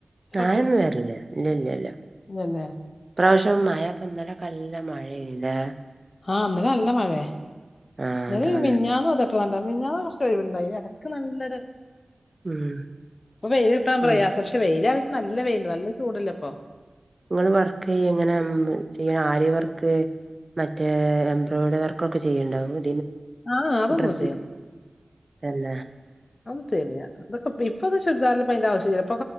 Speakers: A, on the left; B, on the right.
A: ചവിട്ടോ
B: നായന്നും വരില്ലേ ഇല്ല ഇല്ല ഇല്ല ഇ
A: ഇല്ലല്ലേ
B: പ്രാവശ്യം മഴപ്പൊ ഇന്നലക്കെ നല്ല മഴ യ്ഞ്ഞില്ലേ
A: ആഹ് ഇന്നലെ നല്ല മഴയ
B: ആഹ്
A: ഇന്നല
B: അതാണ്
A: മിനിഞ്ഞാന്ന് ന്ന കുറച്ച് ഒഴിവുണ്ടായി ഇടക്ക് നല്ലരു
B: ഉം.
A: ഇപ്പൊ വെയില് കിട്ടാൻ
B: ഇങ്ങ
A: പ്രയാസ പക്ഷെ വെയിലാണങ്കും നല്ല വെയില് നല്ല ചൂടല്ല പ്പ
B: നിങ്ങള്ൾ വർക്ക് ചെയ എങ്ങനെ ചെയ്യണം ആര്യ വർക്ക് മറ്റേ എംബ്രോയ്ഡറി വർക്കൊക്കെ ചെയ്യുണ്ടാാവും
A: ആഹ് അതൊന്നും
B: ഡ്ര അല്ല
A: അ തരിയാ അതൊക്ക ഇപ്പൊ ചുരിദാറും പ്പയിൻ്റെ ആവശ്യ